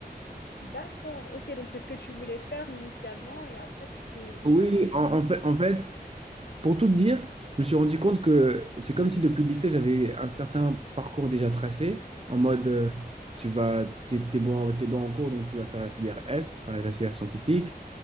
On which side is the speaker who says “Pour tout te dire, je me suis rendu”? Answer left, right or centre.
Right